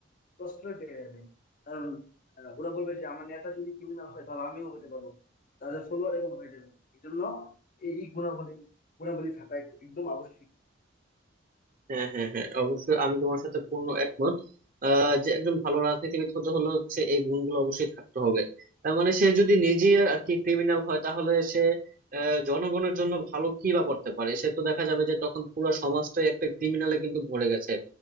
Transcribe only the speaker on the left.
প্রশ্রয় পেয়ে যাবে কারণ আহ, ওরা বলবে যে আমার নেতা যদি ক্রিমিনাল হয় তাহলে আমিও হতে পারবো তাদের ফলোয়ার এমন হয়ে যাবে এই জন্য এই গুণাবলী গুণাবলী থাকা এক- একদম আবশ্যিক